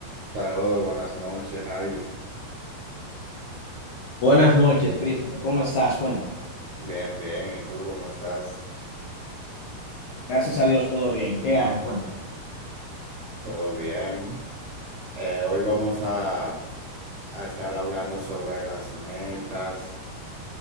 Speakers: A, on the right; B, on the left.
A: Saludos, buenas noches, Ivy.
B: Buenas noches, Christopher. ¿Cómo estás? Cuéntame.
A: Bien, bien. ¿Y tú cómo estás?
B: Gracias a Dios, todo bien. ¿Qué hay? Cuéntame.
A: ¿Todo bien? Eh, hoy vamos a, a estar hablando sobre las metas,